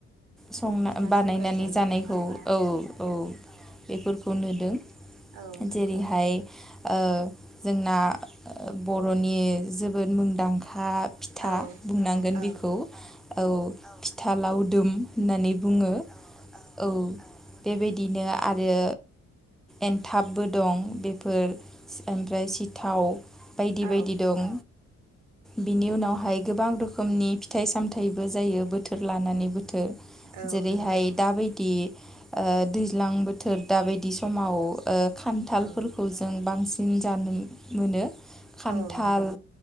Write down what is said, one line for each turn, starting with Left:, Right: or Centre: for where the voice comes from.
Centre: संना
Right: फिथा
Centre: बानायनानै
Right: सौराय जायो
Centre: जानायखौ
Right: नङा होमबा
Centre: औ औ बेफोरखौ नुदों।
Right: औ नंगौ
Centre: जेरैहाय औ जोंना बर'नि जोबोद मुंदां खा फिथा
Right: औ
Centre: हानांगोन
Right: औ
Centre: बिखौ औ फिथा लावदुम होननानै बुङो। औ बेबायदिनो आरो एनथाबबो दं बेफोर ओमफ्राय सिथाव बायदि
Right: औ
Centre: बायदि दं। बिनि उनावहाय गोबां रोखोमनि फिथाइ सामथाइबो जायो बोथोर लानानै बो थोर।
Right: औ
Centre: जेरैहाय
Right: नंगौ
Centre: दा बायदि ओ दैज्लां बोथोर दाबायदि समाव ओ खान्थालफोरखौ
Right: औ
Centre: जों बांसिन जानो मोनो। खान्थाल
Right: औ नंगौ